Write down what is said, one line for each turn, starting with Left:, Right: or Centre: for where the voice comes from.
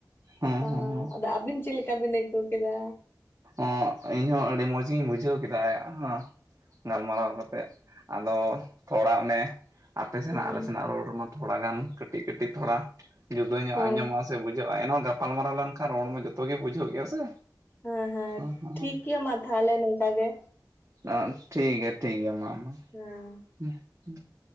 Right: ᱦᱮᱸ
Left: ᱚᱸ
Right: ᱦᱮᱸ ᱦᱮᱸ
Left: ᱟᱫᱚ ᱟᱹᱵᱤᱱ ᱪᱮᱫ ᱞᱮᱠᱟ ᱵᱤᱱ ᱟᱹᱭᱠᱟᱹᱣ ᱠᱮᱫᱟ
Right: ᱮᱸ ᱤᱧ ᱦᱚᱸ ᱟᱹᱰᱤ ᱢᱚᱡᱽ ᱜᱮᱤᱧ ᱵᱩᱡᱷᱟᱹᱣ ᱠᱮᱫᱟ ᱦᱚᱸ ᱜᱟᱞᱢᱟᱨᱟᱣ ᱠᱟᱛᱮ ᱟᱫᱚ ᱛᱷᱚᱲᱟ ᱚᱱᱮ ᱟᱯᱮ ᱥᱮᱱᱟᱜ
Left: ᱦᱮᱸ
Right: ᱟᱞᱮ ᱥᱮᱱᱟᱜ ᱨᱚᱲ ᱨᱮᱢᱟ ᱛᱷᱚᱲᱟ ᱜᱟᱱ ᱠᱟᱹᱴᱤᱡ ᱠᱟᱹᱴᱤᱡ ᱛᱷᱚᱲᱟ ᱡᱩᱫᱟᱹ ᱧᱚᱜ
Left: ᱦᱮᱸ
Right: ᱟᱸᱡᱚᱢᱚᱜᱼᱟ ᱥᱮ ᱵᱩᱡᱷᱟᱹᱜᱼᱟ ᱮᱱᱦᱚᱸ ᱜᱟᱯᱟᱞᱢᱟᱨᱟᱣ ᱞᱮᱱᱠᱷᱟᱱ ᱨᱚᱲ ᱢᱟ ᱡᱚᱛᱚ ᱜᱮ ᱵᱩᱡᱷᱟᱹᱣᱚᱜ ᱜᱮᱭᱟ ᱥᱮ
Left: ᱦᱮᱸ ᱦᱮᱸ
Right: ᱚ ᱦᱚᱸ
Left: ᱴᱷᱤᱠ ᱜᱮᱭᱟ ᱢᱟ ᱛᱟᱦᱞᱮ ᱱᱤᱝᱠᱟ ᱜᱮ
Right: ᱮᱸ ᱴᱷᱤᱠ ᱜᱮᱭᱟ ᱴᱷᱤᱠ ᱜᱮᱭᱟ ᱢᱟ ᱢᱟ
Left: ᱦᱮᱸ
Right: ᱦᱮᱸ ᱦᱩᱸ <unintelligible>